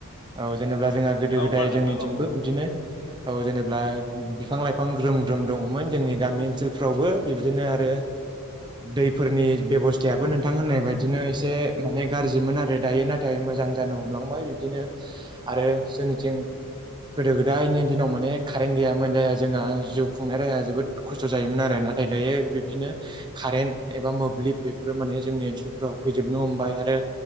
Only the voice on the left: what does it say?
औ
खोनादों
नोंथां औ